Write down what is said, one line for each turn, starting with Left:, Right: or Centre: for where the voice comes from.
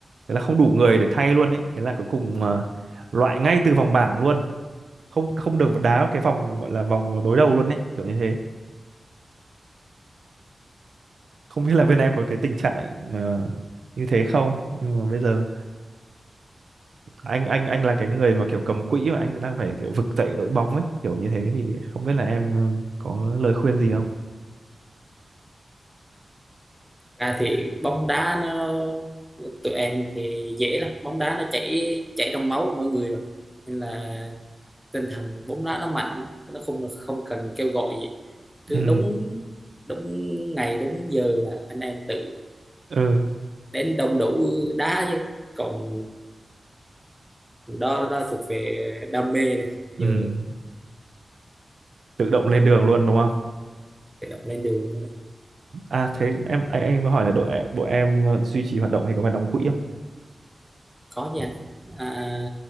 Right: thế là không đủ người để thay luôn ấy thế là cuối cùng à, loại ngay từ vòng bảng luôn không không được đá cái vòng gọi là vòng đối đầu luôn ấy kiểu như thế không biết là bên em có cái tình trạng ờ, như thế không nhưng mà bây giờ anh anh anh là cái người mà kiểu cầm quỹ mà anh đang phải kiểu vực dậy đội bóng ấy kiểu như thế thì không biết là em ờ, có lời khuyên gì không
Centre: Thật ra thì bóng đá nó tụi em thì dễ lắm bóng đá nó chảy chảy trong máu của mỗi người rồi nên là tinh thần bóng đá nó mạnh nó không không cần kêu gọi gì cứ
Right: ừ
Centre: đúng đúng ngày đúng giờ là anh em tự
Right: ừ
Centre: đến đông đủ đá chứ còn đó đó thuộc về đam mê rồi giờ
Right: ừ tự động lên đường luôn đúng không
Centre: tự động lên đường luôn
Right: à thế em anh anh mới hỏi là đội đội em ờ, duy trì hoạt động thì có phải đóng quỹ không
Centre: có chứ anh à,